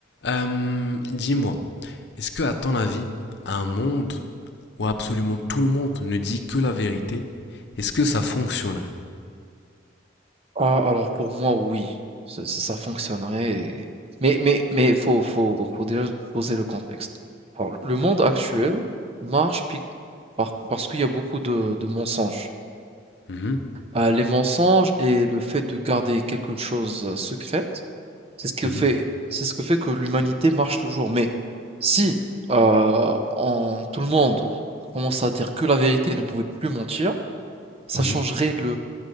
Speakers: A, on the left; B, on the right.
A: Euh, dis-moi, est-ce que, à ton avis, un monde où absolument tout le monde ne dit que la vérité, est-ce que ça fonctionnerait?
B: Ah, alors pour moi, oui, ça, ça- ça fonctionnerait. et- Mais mais mais faut faut faut faut déjà poser le contexte. Alors, le le monde actuel marche pi- par- parce qu'il y a beaucoup de, de mensonges.
A: Mhm,
B: Euh, les mensonges et le fait de garder quelque chose euh, secrète, c'est ce que
A: mhm,
B: fait c'est ce que fait que l'humanité marche toujours. Mais si euh, en- tout le monde commence à dire que la vérité et ne pouvait plus mentir, ça
A: mhm.
B: changerait